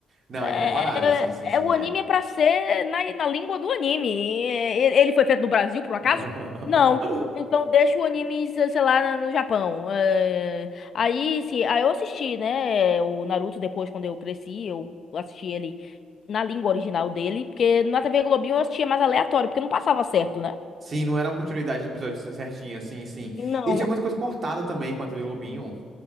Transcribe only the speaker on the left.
É,
é-
é o
anime é pra ser na, na língua do anime. E- Ele foi feito no Brasil, por um acaso?
Não. Então deixa o anime, se- sei lá, na- no Japão. É, aí, sim, aí eu assisti, né, o Naruto depois, quando eu cresci, eu assisti ele na língua original dele, porque na TV Globinho eu assistia mais aleatório, porque não passava certo, né?
Não.